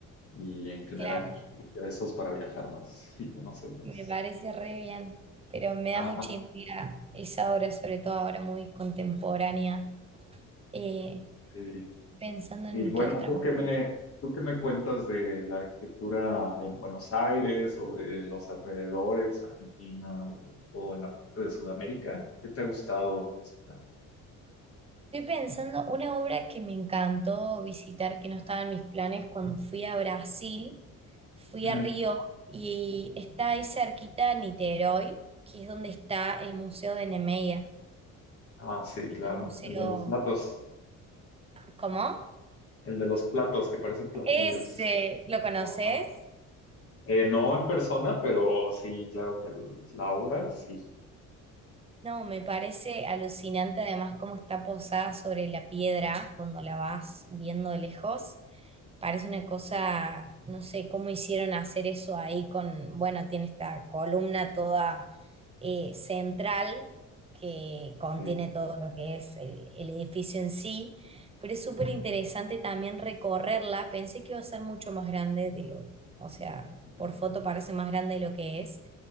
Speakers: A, on the left; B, on the right.
A: y en general
B: Claro,
A: ingresos para viajar más y conocer más.
B: me parece re bien, pero me
A: Ajá,
B: da mucha intriga esa obra, sobre todo ahora muy contemporánea, eh,
A: sí.
B: pensando
A: Y
B: en
A: bueno,
B: qué otra
A: ¿tú qué
B: obra.
A: me, tú qué me cuentas de la arquitectura en Buenos Aires o de los alrededores, Argentina o en la parte de Sudamérica? ¿Qué te ha gustado visitar?
B: Estoy pensando una obra que me encantó visitar, que no estaba en mis planes cuando fui a Brasil, fui
A: Ujú.
B: a Río y está ahí cerquita Niterói, que es donde está el Museo de Niemeyer,
A: Ah, sí,
B: el
A: claro,
B: museo,
A: el de los platos,
B: ¿cómo?
A: el de los platos que parecen platillos.
B: Ese, ¿lo conoces?
A: Ajá. Eh, no en persona, pero sí, claro que el- la obra, sí.
B: No, me parece alucinante además cómo está posada sobre la piedra cuando la vas viendo de lejos. Parece una cosa,
A: Sí.
B: no sé cómo hicieron hacer eso ahí con, bueno, tiene esta columna toda eh, central que contiene
A: sí.
B: todo lo que es el, el edificio en sí, pero es súper interesante también recorrerla. Pensé que iba a ser mucho más grande de lo, o sea,
A: Ujú.
B: por foto parece más grande de lo que es